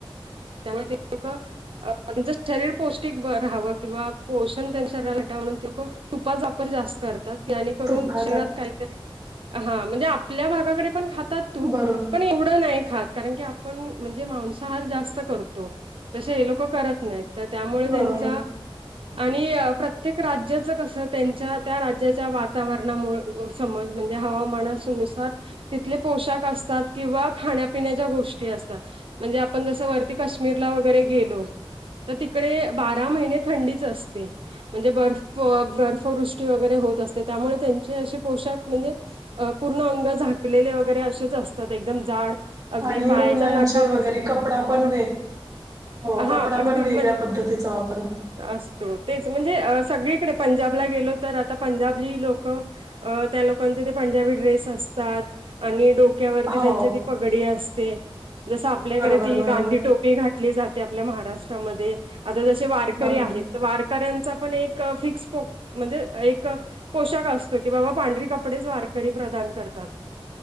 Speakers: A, on the right; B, on the right.
A: त्यामुळे ते लोक... म्ह नजे शरीर पौष्टिक राहावं किंवा पोषण त्यांच्या शरीराला भेटाव म्हणून तें खूप तुपाचा वापर जास्त करतात. आनी करून
B: तूप खातात.
A: शहरात काहीतरी हा म्हणजे आपल्या भागाकडे पण ख खातो तुप
B: बरोबर
A: पण एवढे नाही खात कारण की आपणम्हणजे मांसाहारी जास्त.. करतो तसे हे लोक करत नाही तर त्यामुळे
B: बरोबर
A: त्यांच्या आणि प्रत्येक राज्याचं कसं त्यांच्या त्या राज्याच्या वातावरणामुळे.... संबंध म्हणजे हवामानानुसार.. तिथंले पोशाख असतात किंवा खाण्यापिण्याच्या गोष्टी असतात म्हणजे आपण जस काश्मीरला वगैरे गेलो तर तिकडे बारा महिने थंडीच असते. म्हणजे बर्फ बर्फवृष्टी वगैरे होत असते त्यामुळे त्यांचे असे पोशाख म्हणजे.. अ पूर्ण अंग झाकलेले वगैरे असेच असतात एकदम जाड... अगदी
B: आणि
A: पायाच्या
B: ऊलनचे
A: नखापासून
B: वगैरे कपडा पण वेग हो,
A: हा
B: कपडा
A: अगदी
B: पण वेगळ्या
A: म्हणजे
B: पद्धतीचा वापरत.
A: असतो तेच म्हणजे सगळीकडे पंजाबला गेलो तर आता पंजाबली लोक... अ त्या लोकांचे ते पंजाबी ड्रेस असतात आणि डोक्यावरती
B: हो
A: त्यांच्या ती पग पगडी असते जसं आपल्याकडे
B: बरोबर
A: ती...
B: बरोबर
A: गांधी टोपी घातली जाते आपल्या महाराष्ट्रामध्ये आता जसे वारकरी
B: बरोबर.
A: आहेत. वारकऱ्यांचा पण एक फिक्स पो म्हणजे एक.. पोशाख असतो की बाबा पांढरी कपडेच वारकरी प्रदान करतात.